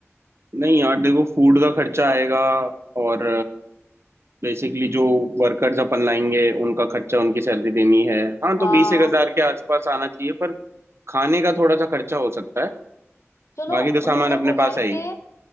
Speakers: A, on the right; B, on the left.
A: नहीं यार देखो फूड का खर्चा आएगा और बेसिकली जो वर्कर्स अपन लाएंगे उनका खर्चा उनकी सैलरी देनी है हाँ तो
B: हाँ
A: बीस एक हजार के आसपास आना चाहिए पर खाने का थोड़ा सा खर्चा हो सकता है
B: सुनो
A: बाकी तो
B: उन्होंने
A: सामान अपने
B: बोला
A: पास
B: है
A: है ही
B: कि